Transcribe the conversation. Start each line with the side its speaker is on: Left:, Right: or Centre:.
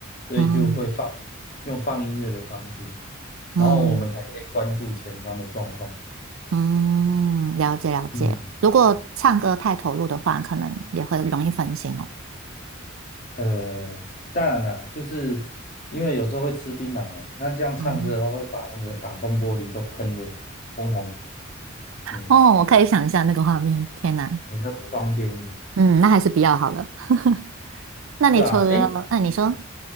Left: 所以就会放，
Right: 嗯
Left: 用放音乐的方式，
Right: 嗯
Left: 然后我们才可以关注前方的状况。
Right: 嗯，了解了解。
Left: 嗯，
Right: 如果唱歌太投入的话，可能也会容易分心哦。
Left: 呃，当然啦，就是因为有时候会吃槟榔嘛，那这样唱歌的话会把那个挡风玻璃都喷得红红，
Right: 嗯
Left: 嗯，
Right: 哦，我可以想象那个画面，天哪！
Left: 比较不方便一点。
Right: 嗯，那还是不要好了。<laughs> 那你除了，
Left: 对啊，诶，
Right: 那你说